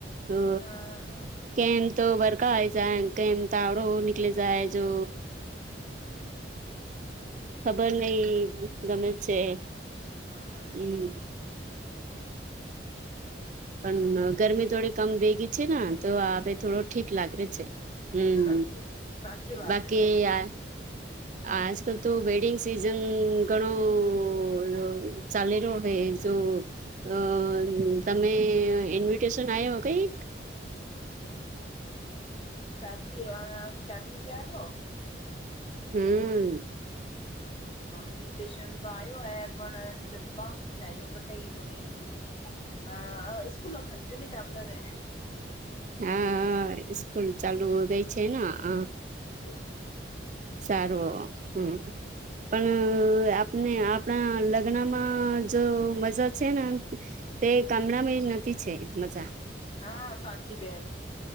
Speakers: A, on the right; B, on the left.
A: ઓ
B: હા
A: કેમ તો વર જાય કેમ તાવડો નીકળી જાય જો ખબર નહ ગમે છે
B: હા
A: હમ પણ ગરમી થોડી કમ ભેગી છે ને તો આપે
B: હમ
A: થોડો ઠીક લાગે છે હમ
B: સાચી
A: હ
B: સાચી વાત
A: બાકીયાર
B: હે બેન.
A: આજકાલ તો વેડિંગ સિઝન ઘણો ચાલે રહ્યો હ તો અ તમે ઇન્વિટેશન આવ્યા કઈ
B: શાદી શાદી બ્યારો
A: હમ
B: ઇવીિટેશન તો આ્યો હૈ પણ જમવા હું જાયઓ કટઈ કોને કકી અ હા સ્કૂ ન ખાલીગ ન ટબરા રે
A: હા સ્કૂલ ચાલુ ગઈ છે ને હ
B: હમ
A: સારું હમ પણ આપને આપણા લગ્નમાં જો મજા છે ને તે ગામડામાં એ નથી છે મજા
B: હા સાચી બેન